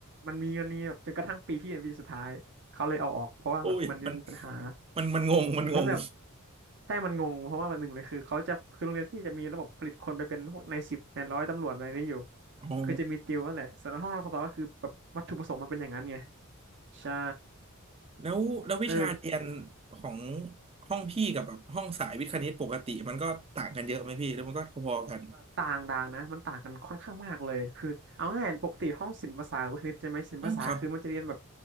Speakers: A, on the right; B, on the right.
A: มันมีมันมีแบบจนกระทั่งปีพี่เป็นปีสุดท้ายเขาเลยเอาออกเพราะว่าแบบมันมีปัญหา
B: <laughs> โอ้ยมันมันมันงงมันงง
A: มันแบบใช่มันงงเพราะว่ามันหนึ่งเลยคือเขาจะคือโรงเรียนพี่จะมีระบบผลิตคนไปเป็นพวกนายสิบนายร้อยตำรวจอะไรนี่อยู่
B: อ๋อ
A: คือจะมีติวนั่นแหละส่วนห้องนสทก็คือแบบวัตถุประสงค์มันเป็นอย่างนั้นไง ใช่
B: แล้วแล้ววิชาเรียน
A: เออ
B: ของห้องพี่กับแบบห้องสายวิทย์คณิตปกติมันก็ต่างกันเยอะไหมพี่แล้วมันก็พอๆกัน
A: ต่างต่างนะมันต่างกันค่อนข้างมากเลยคือเอาง่ายปกติห้องศิลปศาสตร์หรือว่าคลิปใช่ไหมศิลปศาสตร์คือมันจะเรียนแบบ
B: อ่าครับ